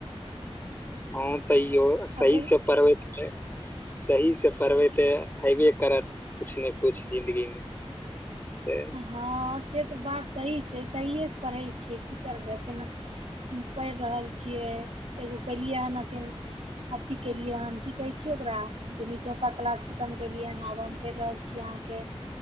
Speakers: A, on the left; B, on the right.
A: हँ तैयो सही
B: एखन
A: से पढ़बै लिखबै सहीसे पढ़बै तऽ हबे करत किछ नै किछ जिन्दगीमे <unintelligible>
B: हँ से तऽ बात सही छै सहियेसँ पढ़ै छियै की करबै एखैन हम पढ़ि रहल छियै एगो कलियै हन अखैन अथी केलियै हन की कहे छिये ओकरा जे नीचोका क्लास खतम केलियैन आब हम करि रहल छी अहाँके